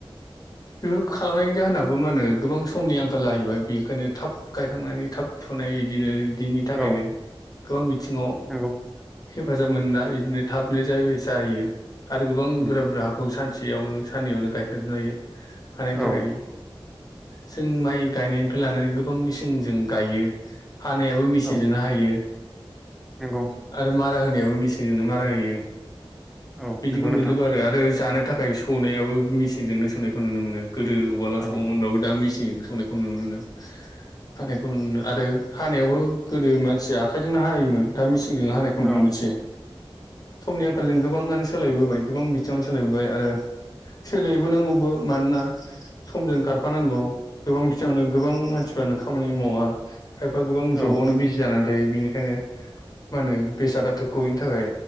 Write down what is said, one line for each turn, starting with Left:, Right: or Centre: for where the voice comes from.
Left: बेफोरखौ खालामनायनि जाहोनाबो मा होनो गोबां समनि आंखाल जाहैबाय, बेखायनो थाब गायखांनानै थाब फुनाय इदिनो बिनि थाखायनो
Centre: औ
Left: गोबां बिथिङाव
Centre: नंगौ
Left: हेफाज जाब मोन्ना इदिनो थाबनो जावयो जायो आरो गोबां
Centre: उम,
Left: बुरजा बुरजाखौ सान सेयावनो साननैयावनो गायखांजोबनो हायो, हानायनि
Centre: औ
Left: थाखाय जों माइ गायनायनिफ्राय लानानै गोबां मेसिं जों गायो। हानायाबो मेचनजोंनो
Centre: औ
Left: हायो
Centre: नंगौ
Left: आरो मारा होनायाव मिसिनजोंनो मारा होयो
Centre: औ
Left: बिदिखौ
Centre: नंगौ नोंथां
Left: नुजुबो आरो आरो जानो थाखाय सौनायाबो मेचिनजोंनो सौनायखौ नुनो मोनो गोदो उवालाव
Centre: औ
Left: सौओमोनब्लाबो दा मेसिनजों संनायखौ नुनो मोनो। हानायखौ नु आरो हानायावबो गोदो मानसि आखाइजोंनो हायोमोन दा मिसि हानायखौ नुनो
Centre: औ
Left: मोनसै। समनि आंखालजों गोबाङानो सोलायबोबाय गोबां बिथिङनो सोलायबोबाय आरो सोलायबोनांगौबो मानोना समजों खारफानांगौ गोबां बिथिङावनो गोबां मानसि गोबानो खामानि मावा खायफा गोबां जबावनो
Centre: औ
Left: बिजि जानानै थायो बेनिखायनो बेखायनो मा होनो बेसादा थो गयैनि थाखाय